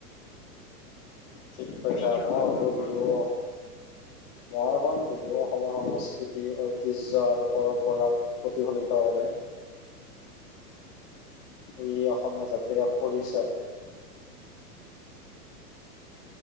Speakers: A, on the left (about 50°); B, on the left (about 25°).
A: ঠিক কৈছা,
B: তুমি কি ভাবা
A: মই
B: বিহুৰ
A: হ'ব
B: ওপৰত
A: বিহু মই ক'ম বিহু অসমৰ সমসা সংস্কৃতি ঐতিহ্য পূজা আৰু পৰম্পৰাক প্ৰতিফলিত কৰে। ই অসমীয়া জাতিৰে এক পৰিচয়।